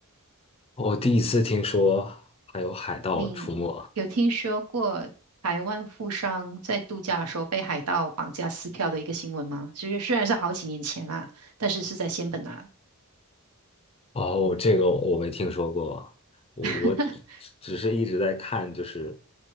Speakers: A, on the left (about 25°); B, on the right (about 85°).
A: 我第一次听说还有海盗出没，
B: 你有听说过台湾富商在度假的时候被海盗绑架撕票的一个新闻吗？就是虽然是好几年前啦，但是是在仙本那。
A: 哦，这个我没听说过，我我只只是一直在看，
B: <laughs>
A: 就是